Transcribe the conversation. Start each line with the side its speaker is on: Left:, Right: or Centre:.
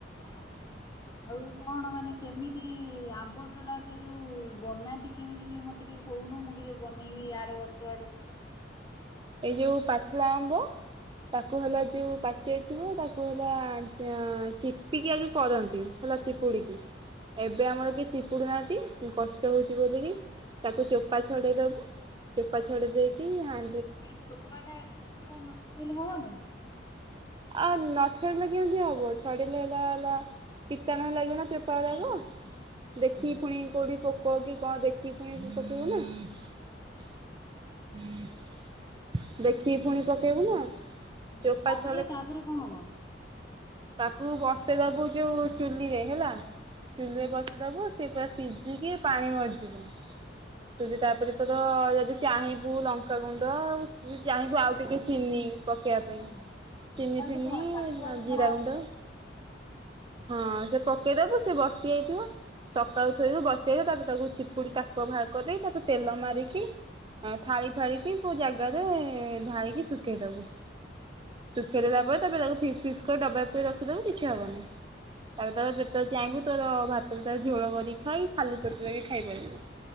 Left: ଅ ଆଉ କଣ ମାନେ କେମି ଆମ୍ବ ସଡା ସେ ଯୋଉ ବନାନ୍ତି କେମିତି ଟିକେ ମତେ ଟିକେ କହୁନୁ ମୁଁ ଟିକେ ବନେଇବି ଆର ବର୍ଷ ଆଡକୁ।
Right: ଏଇ ଯୋଉ ପାଛଳା ଆମ୍ବ ତାକୁ ହେଲା
Left: ହଁ
Right: ଯୋଉ ପା ଚେଇଥିବ ତାକୁ ହିଲା ଚାଁ ଚିପିକି ଆଗେ କରନ୍ତି ହେଲା ଚିପ୍ ପୁଡିକି
Left: ହୁଁ।
Right: ଏବେ ଆମର କି ଚିପ୍ ପୁଡ଼ୁନାହାଁନ୍ତି କଷ୍ଟ ହେଉଛି ବୋଲିକି ତାକୁ ଚୋପା ଛଡ଼େଇ ଦେବୁ ଚୋପା ଛଡେଇ
Left: ହୁଁ
Right: ଦେଇକି ଆଁ
Left: ଏଇ ଚୋପା ଟା ଚୋପା ଟା ନ ଶୁଣେଇଲେ ହବ ନାଇଁ।
Right: ଆଉ ନାଛାଡିଲେ କେମତି ହବ ଛଡିଲେ ହେଲା ହେଲା <unintelligible> ଦେଖି
Left: ଓହୋ।
Right: ପୁଣି କୋଉଠି ପୋକ କି କଣ ଦେଖିକି ପୁଣି ପକେଇବ ନା?
Left: ହୁଁ
Right: ଦେଖିକି ପୁଣି
Left: ତାହେଲେ
Right: ପକେଇବୁ ନା
Left: ହଁ
Right: ଚୋପା
Left: ତାପରେ
Right: ଚ୍
Left: ତାପରେ କଣ ହବ?
Right: ତାକୁ ବସେଇ ଦବୁ ଯୋଉ ଚୁଲିରେ ହେଲା ଚୁଲିରେ
Left: ହୁଁ।
Right: ବସ ଦବୁ ସେ ପୁରା ସିଝିକି ପାଣି ମରିଯିବ ଯଦି ତାପରେ ତର ଯଦି ଚାହିଁବୁ ଲଙ୍କାଗୁଣ୍ଡ
Left: ମାନେ
Right: ଚାହିଁବୁ ଆଉ ଟିକେ ଚିନି ପକେଇବା ପାଇଁ
Left: ଶୁଣୁ ସେଟା
Right: ଚିନି
Left: ହଉଛି
Right: ଫିନି
Left: କଣ ଟାକୁଆରୁ
Right: ଜିରା
Left: ବାହାରିଯିବ।
Right: ଗୁଣ୍ଡ ହଁ ସେ ପକେଇଦବୁ ସେ ବସିଯାଇଥିବ ସକାଳୁ ଥୋଇରୁ ବସେଇଲେ ତାପରେ ତାକୁ ଚିପୁଡ଼ି ତାକୁଆ ଭାଗ ଦେଇ ତାକୁ ତେଲ ମାରିକି ଥାଳି ଫାଳିିକି କୋଉ ଜାଗାରେ ଢାଳିକି ଶୁଖେଇଦବୁ। ଶୁଖେଇ ଦେଲା ପରେ ତାପରେ ତାକୁ ଫିସ୍ ଫିସ୍ କରି ଡବାଇ ପୁରେଇ ରଖିଦବୁ କିଛି ହବନିଁ। ତାପରେ ତାର ଯେତେବେଳେ ଚାହିଁବୁ ତୋର ଭାତରେ ତାକୁ ଝୋଳ କରିକି ଖାଇ, ଖାଲି ପେଟରେ ବି ଖାଇପାରିବୁ।